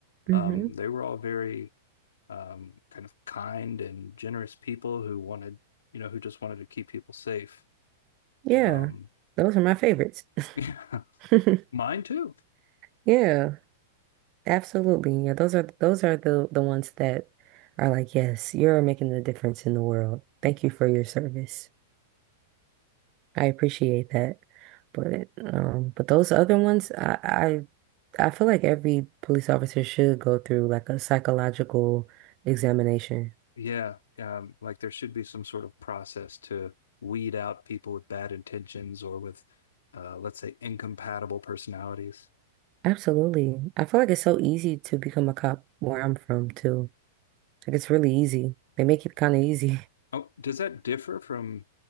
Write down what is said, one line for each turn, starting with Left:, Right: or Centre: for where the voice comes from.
Right: hmm
Left: Um, they were all very um, kind of kind and generous people who wanted, you know, who just wanted to keep people safe.
Right: Yeah,
Left: Um,
Right: those are my favorites.
Left: yeah,
Right: <laughs>
Left: <laughs> mine too.
Right: Yeah. Absolutely. Yeah, those are those are the the ones that are like, yes, you're making the difference in the world. Thank you for your service. I appreciate that. But um, but those other ones, I I, I feel like every police officer should go through like a psychological examination.
Left: Yeah, um, like there should be some sort of process to weed out people with bad intentions or with, uh, let's say, incompatible personalities.
Right: Absolutely. I feel like it's so easy to become a cop where I'm from too. Like it's really easy. They make it kind of easy. <laughs>
Left: Oh, does that differ from